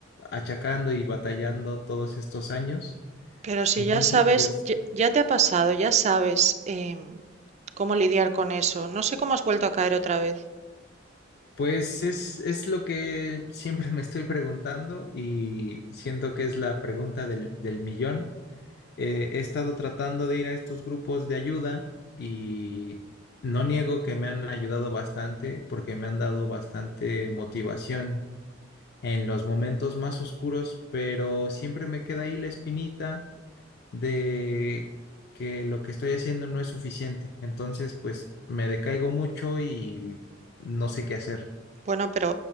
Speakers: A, on the left (about 55°); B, on the right (about 35°).
A: achacando y batallando todos estos años.
B: Pero si
A: Entonces,
B: ya sabes,
A: pues,
B: ya, ya te ha pasado, ya sabes em, cómo lidiar con eso. No sé cómo has vuelto a caer otra vez.
A: Pues es, es lo que siempre me estoy preguntando y siento que es la pregunta del, del millón. Eh, he estado tratando de ir a estos grupos de ayuda y no niego que me han ayudado bastante porque me han dado bastante motivación en los momentos más oscuros, pero siempre me queda ahí la espinita de que lo que estoy haciendo no es suficiente. Entonces, pues me decaigo mucho y no sé qué hacer.
B: Bueno, pero